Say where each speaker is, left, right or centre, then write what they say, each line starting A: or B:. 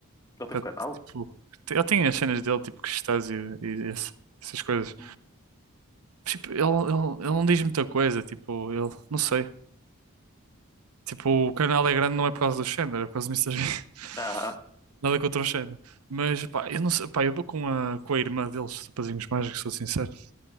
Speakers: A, on the left; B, on the right.
A: tem
B: que
A: um
B: é,
A: canal?
B: tipo, te- ele tem as cenas dele, tipo, Crustáceo e esse- essas coisas.
A: Hum.
B: Mas, tipo, ele, ele, ele não diz muita coisa, tipo, ele, não sei. Tipo, o canal é grande não é por causa do Chandler, é por causa do Mister Bean. <laughs>
A: Aham,
B: Nada contra o Chandler. Mas, pá, eu não sei, pá, eu vou com a, com a irmã deles, os Rapazinhos Mágicos, sou sincero.